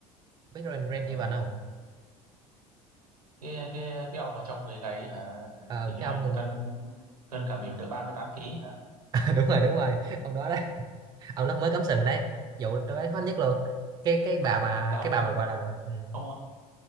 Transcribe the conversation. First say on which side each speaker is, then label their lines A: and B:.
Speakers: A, on the right; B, on the right.
A: Biết Ren Ren
B: Ờ,
A: Evan không?
B: cái cái cái ông mà trong người gầy ấy hả
A: Ờ,
B: kiểu như
A: cái
B: là
A: ông
B: cân cân cả biển được 38 ký hả
A: <laughs> đúng rồi đúng rồi, ông đó đó, ông đó mới cắm sừng đấy, vụ tôi thấy hot nhất luôn. Cái cái bà mà
B: là ông
A: cái bà
B: mới
A: mà gọi là ừ,
B: ông